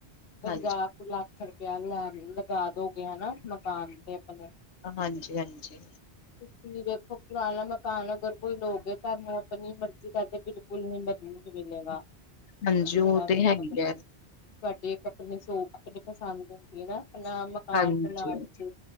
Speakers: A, on the left; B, on the left.
A: ਪੰਜਾ
B: ਹਾਂਜੀ
A: ਕੁ ਲੱਖ ਰੁਪਇਆ ਲਗਾ ਦੋਗੇ ਹਨਾ ਮਕਾਨ ਤੇ ਆਪਣੇ।
B: ਹਾਂਜੀ-ਹਾਂਜੀ
A: ਤੁਸੀ ਵੀ ਵੇਖੋ ਪੁਰਾਣਾ ਮਕਾਨ ਅਗਰ ਕੋਈ ਲੋਗੇ ਤੁਹਾਨੂੰ ਆਪਣੀ ਮਰਜ਼ੀ ਦਾ ਤੇ ਬਿਲ <unintelligible> ਮਿਲੇਗਾ।
B: ਹਾਂਜੀ
A: <unintelligible>
B: ਉਹ ਤੇ ਹੈ ਹੀ ਹੈ
A: ਆਪਣੇ ਪਸੰਦ ਨਾ ਆਪਣਾ ਮਕਾਨ
B: ਹਾਂਜੀ
A: ਬਣਾਣ ਚ,